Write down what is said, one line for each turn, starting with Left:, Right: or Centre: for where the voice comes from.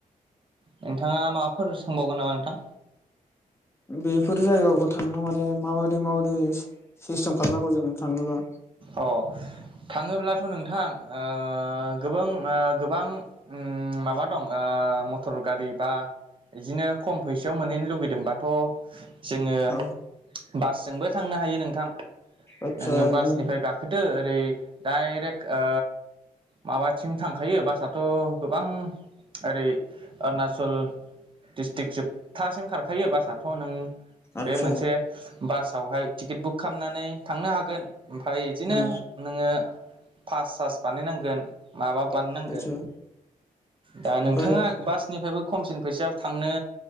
Right: नोंथाङा माबाफोर सोंबावगोन नामा नोंथां?
Left: बेफोर जायगायाव थांनो माने माबायदि माबायदि सिस्टेम खालामनांगौ जों? थांनोबा
Right: अ थाङोब्लाथ' नोंथां ओ गोबां ओ गोबां ओम माबा दं ओ मटर गारि बा बिदिनो खम फैसायाव मोनहैनो लुगैदोंबाथ' जोङो
Left: औ
Right: बासजोंबो थांनो हायो नोंथां
Left: आतसा
Right: नोङो बासनिफ्राय
Left: ओ
Right: गाखोदो ओरै डाइरेक्ट ओ माबासिम थांखायो बासआथ' गोबां ओरै अरुनाचल दिस्ट्रिक्ट जोबथासिम खारखायो बासआथ' नों
Left: आतसा
Right: बे मोनसे बासावहाय टिकेट बुक खालामनानै थांनो हागोन ओमफ्राय बिदिनो
Left: ओ
Right: नोङो पास सास बानायनांगोन। माबा बानायनांगोन
Left: आतसा
Right: दा
Left: ओमफ्राय
Right: नोंथाङा बासनिफ्रायबो खमसिन फैसा थांनो